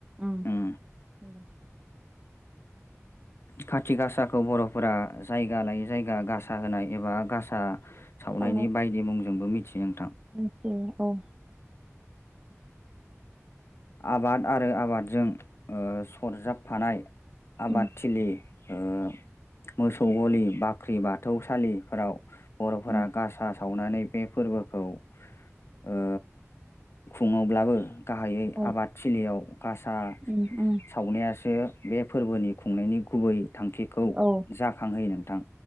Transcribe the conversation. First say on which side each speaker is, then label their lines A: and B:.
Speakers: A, on the right; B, on the left.
A: ओं
B: उम
A: दे
B: खाथि गासाखौ बर'फोरा जायगा लायै जायगा गासा होनाय एबा गासा सावनायनि
A: सावनाय
B: बायदि मुंजोंबो मिथियो नोंथां
A: मिथियो औ
B: आबाद आरो आबादजों ओ सरजाबफानाय आबादथिलि
A: उम
B: ओ मोसौ गलि बाख्रि बाथौसालिफोराव बर'फोरा
A: उम
B: गासा सावनानै बे फोरबोखौ ओ खुङोब्लाबो गाहायै
A: औ
B: आबाद थिलियाव गासा
A: उम उम
B: सावनायासो बे फोरबोनि खुंनायनि गुबै थांखिखौ
A: औ
B: जाखांहोयो नोंथां